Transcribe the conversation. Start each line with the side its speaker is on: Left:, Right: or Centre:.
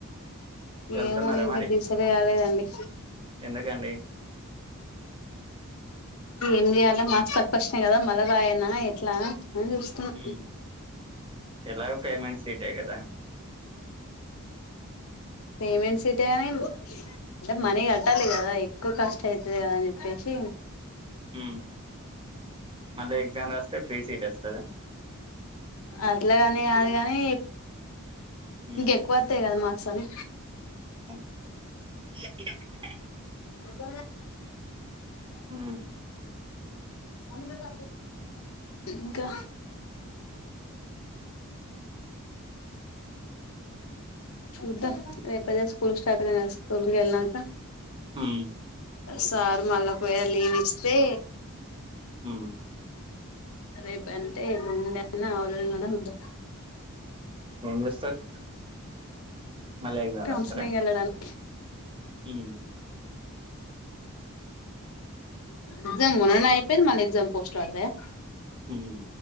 Right: వెళ్తున్నారా
Left: ఏమో ఇంకా
Right: మరి
Left: డిసైడ్ కాలేదండి
Right: ఎందుకండి
Left: ఏం చేయాలా మార్క్స్ తక్కువ వచ్చినాయి కదా మల్ల రాయనా ఎట్లా అని చూస్తున్నా
Right: హ్ ఎలాగ పేమెంట్స్ సీటె కదా
Left: మేమ్ ఏ సిటీ అని అంటే
Right: ఉమ్
Left: మనీ కట్టాలి కదా ఎక్కువ కష్ట అవుతది కద అని చెప్పేసి
Right: హ్ మళ్ళీ ఎగ్జామ్ రాస్తే ఫ్రీ సీట్ వస్తదా
Left: అట్లా కాని అది కానీ
Right: ఉమ్
Left: ఇంకా ఎక్కువ వత్తాయి కదా మార్క్స్ అనీ
Right: హ
Left: స్
Right: ఉమ్
Left: అ ఇంకా ముద్ద రేపు అదే స్కూల్ కి స్టార్ట్ అయిన స్కూల్కి వెళ్లినాక
Right: ఉమ్
Left: సార్ మల్ల ఒకవేళ లివ్ ఇస స్తే
Right: ఉ
Left: రేపు అంటే ఎల్లుండి అన్న ఆవులఎల్లుండి అన్న చూదాం
Right: ఏమ్ చేస్తారు మల్లా ఎగ్జామ్
Left: కౌన్సిలింగ్
Right: రాస్తారా
Left: వెళ్ళడానికి
Right: హ్
Left: ఎగ్జామ్ మొన్ననే అయిపోయింది మళ్ళీ ఎగ్జామ్ పోస్ట్లు పడతయా
Right: హుమ్మ్